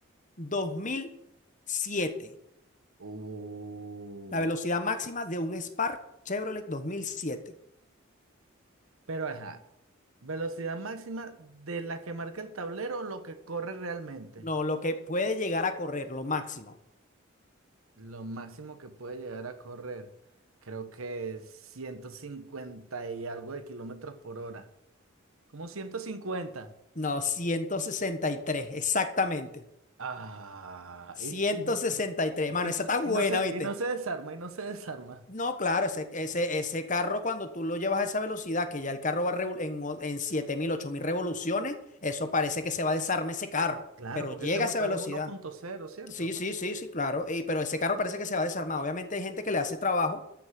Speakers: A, on the left; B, on the right.
A: dos mil siete?
B: Uh,
A: La velocidad máxima de un Spark Chevrolet dos mil siete.
B: pero ajá. Velocidad máxima de la que marca el tablero o lo que corre realmente.
A: No, lo que puede llegar a correr, lo máximo.
B: Lo máximo que puede llegar a correr, creo que es 150 y algo de kilómetros por hora. Como ciento cincuenta
A: No, 163, exactamente.
B: Ah,
A: ciento
B: y, <laughs>
A: sesenta y tres. Mano,
B: Y y no,
A: esa está buena,
B: y no se,
A: ¿viste?
B: y no se desarma, y no se desarma.
A: No, claro, ese, ese, ese carro cuando tú lo llevas a esa velocidad, que ya el carro va revol- en, o- en siete mil, ocho mil revoluciones, eso parece que se va a desarmar ese carro,
B: claro,
A: pero
B: porque
A: llega
B: ese motor
A: a esa velocidad.
B: es uno punto cero ¿cierto?
A: Sí, sí, sí, sí, claro. Y, pero ese carro parece que se va a desarmar. Obviamente hay gente que le hace trabajo